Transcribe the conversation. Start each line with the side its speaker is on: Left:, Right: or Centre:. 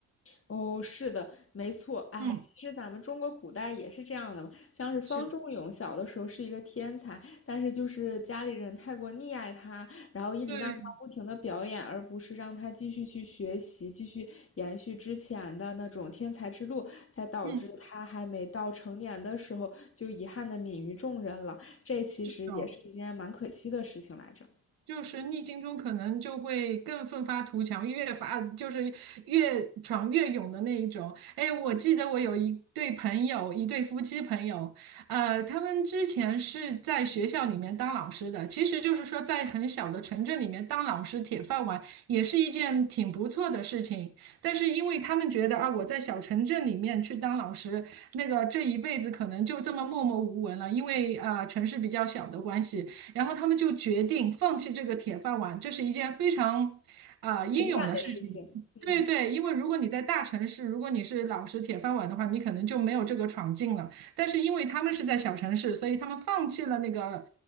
Left: 哦，是的，没错。哎，
Right: 嗯，
Left: 其实咱们中国古代也是这样的嘛，像是方仲永小的时候是一个天才，
Right: 是，
Left: 但是就是家里人太过溺爱他，然后一直让他不停的表演，
Right: 对，
Left: 而不是让他继续去学习，继续延续之前的那种天才之路，才导致他还没到成年的时候就遗憾的泯于众人了。
Right: 嗯，
Left: 这其实也是一件蛮可惜的事情来着，
Right: 是的。就是逆境中可能就会更奋发图强，越发就是越闯越勇的那一种。哎，我记得我有一对朋友，一对夫妻朋友，呃，他们之前是在学校里面当老师的，其实就是说在很小的城镇里面当老师铁饭碗也是一件挺不错的事情。但是因为他们觉得啊，我在小城镇里面去当老师，那个这一辈子可能就这么默默无闻了，因为呃城市比较小的关系。然后他们就决定放弃这个铁饭碗，这是一件非常啊、英勇的事情。
Left: 情感的事情，嗯，
Right: 对对，因为如果你在大城市，如果你是老实铁饭碗的话，你可能就没有这个闯劲了。但是因为他们是在小城市，所以他们放弃了那个，